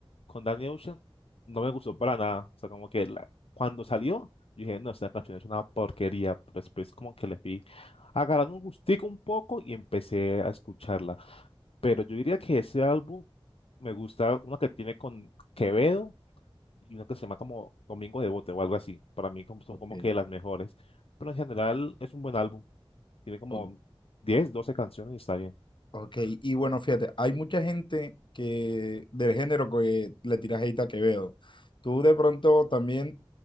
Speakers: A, on the left (about 75°); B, on the left (about 55°).
A: con Danny Ocean, no me gustó para nada. O sea, como que la- cuando salió, yo dije, no, esta canción es una porquería. Pero después como que le fui agarrando un gustico un poco y empecé a escucharla. Pero yo diría que ese álbum me gusta una que tiene con Quevedo y una que se llama como Domingo de Bote o algo así. Para mí como- son
B: Ok.
A: como que las mejores. Pero en general es un buen álbum. Tiene como
B: o-
A: 10 12 canciones y está bien.
B: ok. Y bueno, fíjate, hay mucha gente que del género que le tira hate a Quevedo. ¿Tú de pronto también